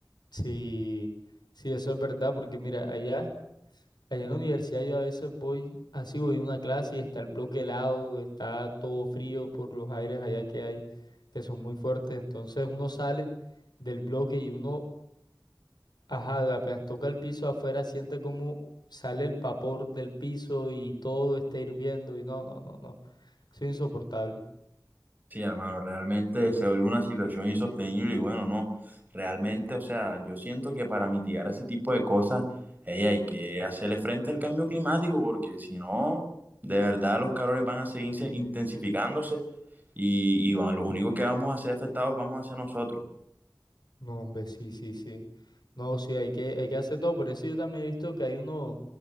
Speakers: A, on the left; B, on the right.
A: Sí, sí, eso es verdad, porque mira, allá. Allá en la universidad yo a veces voy, así voy a una clase y está el bloque helado, está todo frío por los aires allá que hay, que son muy fuertes. Entonces uno sale del bloque y uno, ajá, apenas toca el piso afuera, siente como sale el vapor del piso y todo está hirviendo y no, no, no, no, eso es insoportable.
B: Sí, hermano, realmente se vuelve una situación insostenible y bueno, no, realmente, o sea, yo siento que para mitigar ese tipo de cosas, ey, hay que hacerle frente al cambio climático porque si no, de verdad los calores van a seguir se- intensificándose y, y bueno, los únicos que vamos a ser afectados vamos a ser nosotros.
A: No, hombre, sí, sí, sí. No, sí, hay que, hay que hacer todo. Por eso yo también he visto que hay unos,